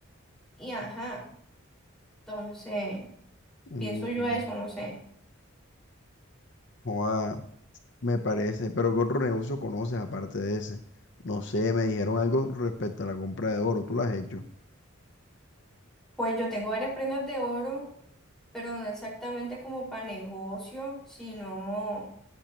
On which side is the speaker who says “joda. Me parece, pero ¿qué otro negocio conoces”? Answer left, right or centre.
Left